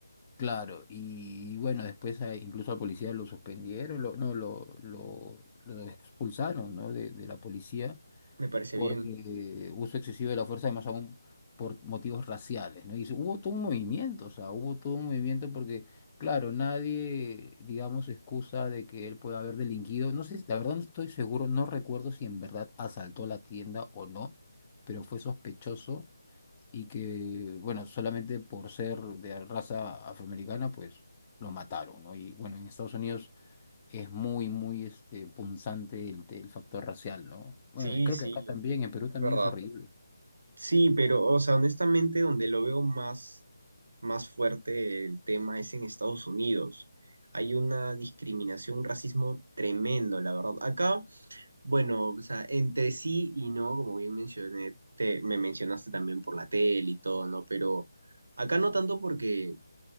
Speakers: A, on the left; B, on the right.
A: Claro, y bueno, después a- incluso al policía lo suspendieron, lo, no, lo, lo, lo expulsaron, ¿no? De, de la policía
B: Me parece
A: por
B: bien.
A: eh, uso excesivo de la fuerza, y más aún por motivos raciales, ¿no? Y se- hubo todo un movimiento, o sea, hubo todo un movimiento porque, claro, nadie, digamos, excusa de que él pueda haber delinquido. No sé, si- la verdad no estoy seguro, no recuerdo si en verdad asaltó la tienda o no, pero fue sospechoso y que, bueno, solamente por ser de raza afroamericana, pues lo mataron, ¿no? Y bueno, en Estados Unidos es muy, muy este, punzante el, el factor racial, ¿no? Bueno,
B: Sí,
A: creo
B: sí,
A: que acá también, en Perú
B: es
A: también
B: verdad.
A: es horrible.
B: Sí, pero, o sea, honestamente, donde lo veo más, más fuerte el tema es en Estados Unidos. Hay una discriminación, un racismo tremendo, la verdad. Acá, bueno, o sea, entre sí y no, como bien mencioné, te, me mencionaste también por la tele y todo, ¿no? Pero acá no tanto porque